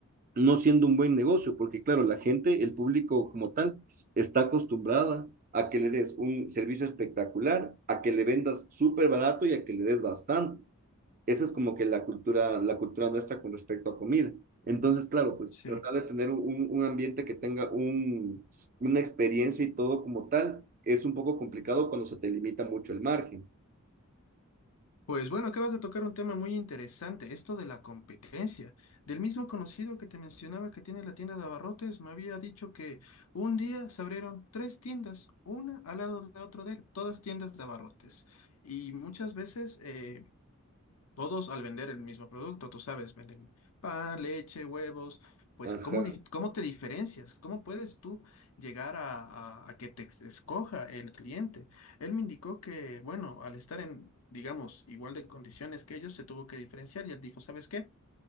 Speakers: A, on the right; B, on the left.
A: no siendo un buen negocio, porque claro, la gente, el público como tal, está acostumbrada a que le des un servicio espectacular, a que le vendas súper barato y a que le des bastante. Esa es como que la cultura, la cultura nuestra con respecto a comida. Entonces, claro, pues
B: Sí.
A: tratar de tener un, un ambiente que tenga un, una experiencia y todo como tal es un poco complicado cuando se te limita mucho el margen.
B: Pues bueno, acabas de tocar un tema muy interesante, esto de la competencia. Del mismo conocido que te mencionaba que tiene la tienda de abarrotes, me había dicho que un día se abrieron tres tiendas, una al lado de otro de él, todas tiendas de abarrotes. Y muchas veces, eh, todos al vender el mismo producto, tú sabes, venden pan, leche, huevos, pues
A: Ajá.
B: ¿cómo, di- cómo te diferencias? ¿Cómo puedes tú llegar a, a- a que te ex- escoja el cliente? Él me indicó que, bueno, al estar en, digamos, igual de condiciones que ellos, se tuvo que diferenciar y él dijo, ¿sabes qué?